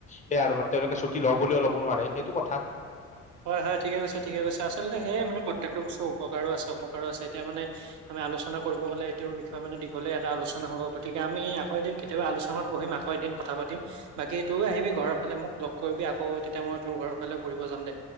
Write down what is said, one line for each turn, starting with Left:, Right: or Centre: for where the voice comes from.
Left: সেইয়া আৰু মানে তেওঁলোকে ছুট লওঁ বুলিও ল'ব নোৱাৰে সেইটো কথা
Right: হয় হয় ঠিকে কছে ঠিক কৈছে আচলতে সেয়ে মানে প্ৰত্যেকটো বস্তু উপকাৰো আছে অ উপকাৰো আছে এতিয়া মানে আমি আলোচনা কৰিব গলে এইটোৰ বিষয়ে মান দীঘলে এটা আলোচনা হব গতিকে আমি আক এদিন কেতিয়াবা আলোচনাত বহিম আকৌ ক এদিন কথা পাতিম বাকী তইও আহিবি ঘৰৰ ফালে মোক লগ কৰিবি আকৌ তেতিয়া মই তোৰ ঘৰৰ ফালে ঘূৰিব যাম দে